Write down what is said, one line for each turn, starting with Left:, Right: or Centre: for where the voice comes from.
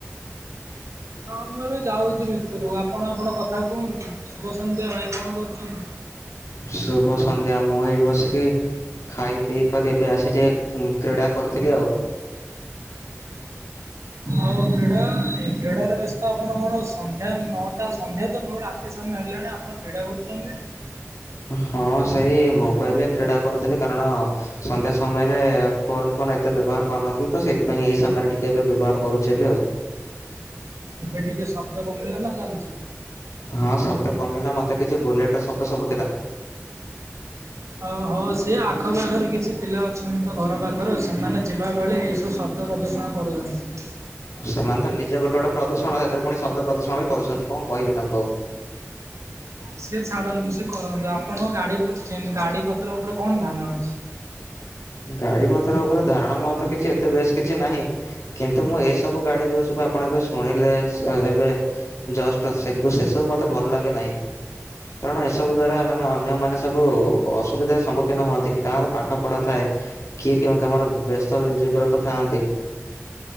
Right: ହଁ ମୁଁ ଏବେ ଯାଉଛି ଭିତରକୁ ଆପଣ ଆପଣ କଥା କୁହନ୍ତୁ, ଶୁଭ ସନ୍ଧ୍ୟା ଭାଇ କଣ କରୁଛନ୍ତି?
Left: ଶୁଭ ସନ୍ଧ୍ୟା ମୁଁ ଏଇଠି ବସିକି- ଖାଇ ପିଇ କରି ଏବେ ଆସି ଟିକେ କ୍ରୀଡ଼ା କରିଥିଲି ଆଉ,
Right: ଆଉ କ୍ରୀଡ଼ା ଏ କ୍ରୀଡ଼ାରେ ବ୍ୟସ୍ତ ଆପଣ କଣ ସନ୍ଧ୍ୟା ନଅଟା ସନ୍ଧ୍ୟା ତ ନୁହେ ରାତି ସମୟ ହେଲାଣି ଆପଣ- କ୍ରୀଡ଼ା କରୁଛନ୍ତି?
Left: ହଁ ସେଇ ମୋବାଇଲରେ କ୍ରୀଡ଼ା କରୁଥିଲି କାରଣ- ସନ୍ଧ୍ୟା ସମୟରେ ଫୋନ ଫୋନ ଏତେ ବ୍ୟବହାର କରିନଥିଲି ତ ସେଇଥିପାଇଁ ଏଇ ସମୟରେ ଟିକେ ଏବେ ବ୍ୟବହାର କରୁଛ ଏବେ ଆଉ।
Right: ଏବେ ଟିକେ ଶବ୍ଦ କମିଲା ନା ଚାଲିଛି?
Left: ହଁ ଶବ୍ଦ କମିଲା ମତେ କିଛି ବୁଲେଟର ଶବ୍ଦ ସବୁ ଥିଲା।
Right: ହଉ ହଉ ସିଏ ଆଖପାଖରେ କିଛି ପିଲା ଅଛନ୍ତି ତ ଘର ପାଖରୁ ସେମାନେ ଯିବା ବେଳେ ଏଇ ସବୁ ସବ ପ୍ରଦୂଷଣ କରୁଛନ୍ତି।
Left: ସେମାନେ ତ ନିଜେ ଗୋଟେ ଗୋଟେ ପ୍ରଦୂଷଣ ସେଥିରେ ପୁଣି ଶବ୍ଦ ପ୍ରଦୂଷଣ ବି କରୁଛନ୍ତି କ'ଣ କହିବି ତାଙ୍କୁ ଆଉ
Right: ସେ ଛାଡନ୍ତୁ ସେ କରନ୍ତୁ ଆପଣଙ୍କ ଗାଡି ସେ ଗାଡି ପତ୍ର ଉପରେ କଣ ଧ୍ୟାନ ଅଛି?
Left: ଗାଡି ପତର ଉପରେ ଧାରଣା ମହତ କିଛି ଏତେ ବେଶ କିଛି ନାହିଁ। କିନ୍ତୁ ମୁଁ ଏସବୁ ଗାଡି ଯୋଉ ସବୁ ଆପଣ ଏବେ ଶୁଣିଲେ ଏବେ, ଜଷ୍ଟ ସେକୁ ସେ ସବୁ ମୋତେ ଭଲ ଲାଗେ ନାହିଁ। କାରଣ ଏସବୁ ଦ୍ଵାରା ମାନେ ଅନ୍ୟମାନେ ସବୁ ଅସୁବିଧାର ସମ୍ମୁଖୀନ ହୁଅନ୍ତି କାହାର ପାଠ ପଢ଼ା ଥାଏ, କିଏ କେଉଁ କାମରେ ବ୍ୟସ୍ତ ଜୀବରେ ତ ଥାଆନ୍ତି।